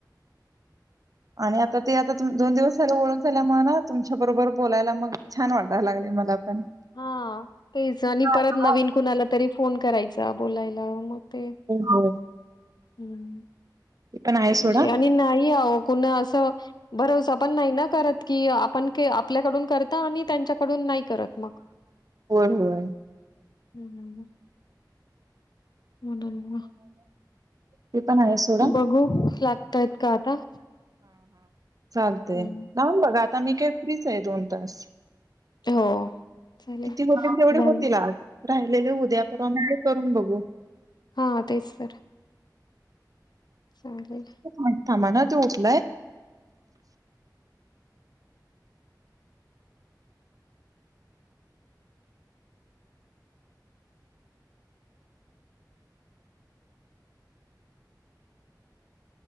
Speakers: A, on the right (about 50°); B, on the left (about 70°).
A: आणि आता ते आता दोन दिवस झालं ओळख झाल्यामुळे ना तुमच्या बरोबर बोलायला मग छान वाटायला लाग मला पण.
B: हा तेच आणि
A: होय,
B: परत नवीन कुणाला तरी फोन करायचा बोलायला मग ते
A: होय.
B: हम्म
A: ते पण आहे सोडा.
B: विषय आणि नाही आ कुणा असं भरवसा पण नाही ना करत की आपण आपल्याकडून करत आणि त्यांच्याकडून नाही करत मग
A: होय, होय.
B: हम् हम् हम म्हणून
A: ते पण आहे सोडा.
B: बघू लागताय का आता
A: चालते
B: हं,
A: नाहून बघा आता मी काय फ्री आहे दोन तास
B: हो, चालेल.
A: किती होतील तेवढे
B: झाली
A: होतील आज राहिलेले उद्या परवामध्ये करून बघू हो
B: हा तेच सर सले
A: एक मिनिट थांबा ना त उचलाय